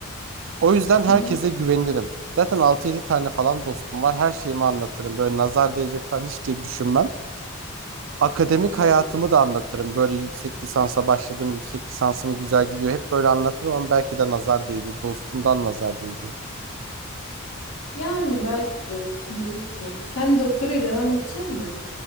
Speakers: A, on the right; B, on the left.
A: O yüzden herkese
B: Hı hı.
A: güvenirim. Zaten altı yedi tane falan dostum var. Her şeyimi anlatırım. Böyle nazar değecek falan hiç de düşünmem akademik
B: Evet.
A: hayatımı da anlatırım. Böyle yüksek lisansa başladım. Yüksek lisansım güzel gidiyor. Hep böyle anlatırım ama belki de nazar değdi. Dostumdan nazar değdi.
B: Yani belki de kim bilir ki. Sen doktoraya devam edeceksin mi?